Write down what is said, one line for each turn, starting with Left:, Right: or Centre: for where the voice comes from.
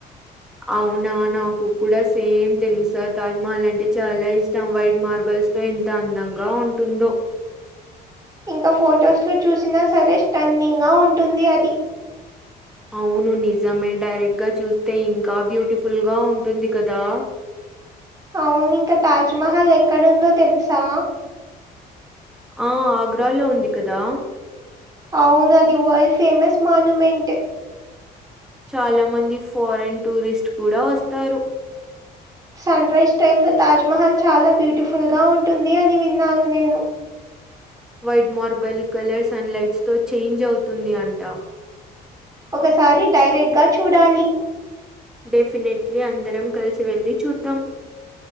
Centre: అవునా నాకు కూడా సేమ్ తెలుసా తాజ్మహల్ అంటే చాలా ఇష్టం వైట్ మార్బల్ తో ఎంత అందంగా ఉంటుందో
Right: ఇంకా ఫొటోస్ లో చూసినా సరే స్టన్నింగ్ గా ఉంటుంది అది
Centre: అవును నిజమే డైరెక్ట్ గా చూస్తే ఇంకా బ్యూటిఫుల్ గా ఉంటుంది కదా
Right: అవునింక తాజ్ మహల్ ఎక్కడుందో తెలుసా
Centre: ఆ ఆగ్రాలో ఉంది కదా
Right: అవును అది వల్డ్ ఫేమస్ మాన్యుమెంట్
Centre: చాలా మంది ఫారెన్ టూరిస్ట్ కూడా వస్తారు
Right: సన్రైజ్ టైమ్ లో తాజ్ మహల్ చాలా బ్యూటిఫుల్గా ఉంటుంది అని విన్నాను నేను
Centre: white marble colour sun lights తో చేంజ్ అవుతుంది అంట
Right: ఒకసారి డైరెక్ట్ గా చూడాలి
Centre: డెఫినెట్లీ అందరం కలిసి వెళ్ళి చూద్దాం